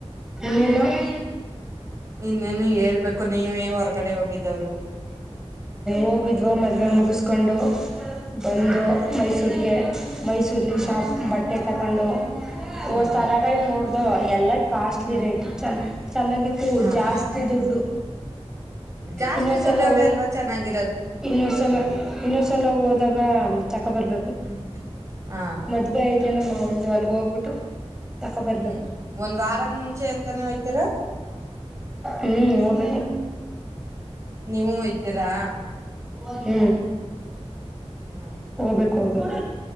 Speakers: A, in the centre; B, on the right (about 30°).
A: ನಿಿನ <unintelligible>
B: ಇನ್ನೇನು ಹೇಳ್ಬೇಕು ನೀವೇ ಹೊರಗಡೆ ಹೋಗಿದವ್ರು
A: ಹೋಗಿದ್ವೋ ಮದ್ವೆ ಮುಗಿಸ್ಕೊಂಡು ಬಂದು
B: ಹ್ಮ್
A: ಮೈಸೂರಿಗೆ ಮೈಸೂರಲ್ಲಿ
B: ಹ್ಮ್
A: ಶಾಪ್ ಬಟ್ಟೆ ತಗೊಂಡು
B: ಹ್ಮ್
A: ಓ ಸರಾಗಲ್ ನೋಡ್ದ ಎಲ್ಲ ಕಾಸ್ಟ್ಲಿ
B: ಹ್ಮ್
A: ರೈತು ಚ ಚೆನ್ನಾಗಿತ್ತು
B: ಹ್ಮ್
A: ಜಾಸ್ತಿ ದುಡ್ಡು
B: ಜಾಸ್ತಿ
A: ಇನ್ನೊಂದ್ಸಲ
B: ದುಡ್ಡವೇ
A: ಓ
B: ಅಲ್ವಾ ಚೆನ್ನಾಗಿ
A: ಇನ್ನೊಂದ್ಸಲ ಇನ್ನೊಂದ್ಸಲ ಹೋದಾಗ ಅಕ್ಕ ಬರ್ಬೇಕು
B: ಹ್ಮ್ ಹಾ
A: ಮದ್ವೆ ಐತಿ ಅಲ್ಲಮ್ಮ ಮುಂದು ಅಲ್ಗ ಹೋಗ್ಬಿಟ್ಟು ತಕೋ ಬರ್ಬೇಕು
B: ಹ್ಮ್ ಒಂದ್ ವಾರ ಮುಂಚೆ ಅಂತಾನೇ ಹೋಯ್ತೀರಾ
A: ಹ್ಮ್ ಬ
B: ನೀವು ಹಯ್ತೀರಾ
A: ಹ ಹ
B: ಹ
A: ಹೋಗ್ಬೇಕು ಹೋಗ್ಬೇಕು